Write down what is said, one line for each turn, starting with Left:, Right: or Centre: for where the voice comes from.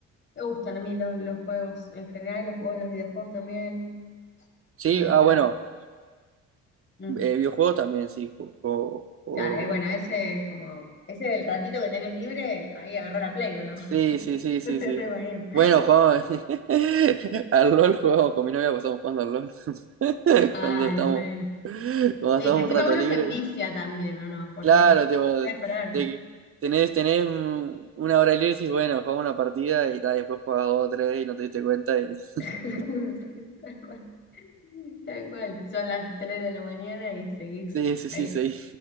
Left: Me gustan a mí los, los juegos en general, y los juegos, los videojuegos también,
Right: Sí,
Left: eh,
Right: ah,
Left: pero
Right: bueno,
Left: bueno. mm.
Right: eh, videojuegos también, sí, ju- juego- juego-
Left: Claro, eh, bueno, ese es como, ese es el ratito que tenés libre, ahí agarrar la Play, ¿o no?
Right: Sí,
Left: <laughs>
Right: sí, sí, sí,
Left: No Te
Right: sí.
Left: re imagino.
Right: Bueno, jugamos <laughs> al LOL jugamos con mi novia, pasamos jugando al LOL. <laughs>
Left: Ay,
Right: Cuando estamos,
Left: sí.
Right: cuando
Left: Eh,
Right: estamos
Left: que encima
Right: un rato
Left: uno
Right: libre.
Left: se envicia también, ¿o no? Porque
Right: Claro,
Left: es como,
Right: tipo,
Left: no sabes parar.
Right: te- tenés, tenés mm, una hora libre y decís, bueno, jugamos una partida y ta, después jugás dos o tres y no te diste cuenta y... <laughs>
Left: <laughs> Sí, tal cual, tal cual. Son las 3 de la mañana y seguís
Right: Sí, sí,
Left: ahí
Right: sí, sí.